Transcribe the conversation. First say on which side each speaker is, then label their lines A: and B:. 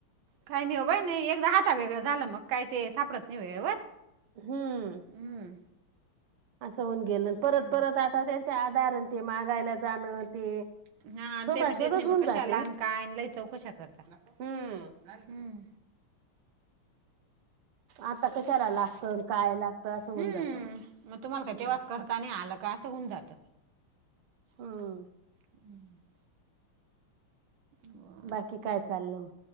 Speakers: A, on the right; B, on the right.
A: काही नाही हो बाई नाही एकदा हाता वेगळं झालं मग काही ते सापडत नाही वेळेवर
B: हम्म
A: हम्म.
B: असं होऊन गेलं. परत
A: हम्म
B: परत आता त्यांचे आधार ते मागायला जाणं ते
A: हा आणि
B: शोधा
A: ते बी देत
B: शोधच
A: नाही
B: होऊन
A: मग कशाल
B: जाते
A: आन
B: ना
A: काय लय चौकशा करता
B: हम्म
A: हम्म.
B: आता कशाला लागतं अन काय लागतं असं होऊन
A: हम्म
B: जातं
A: मग तुम्हाला काय
B: हम्म
A: तेव्हाच करत ना आलं का असं होऊन जातं.
B: हम.
A: <inaudible> हो
B: बाकी काय चाललं मग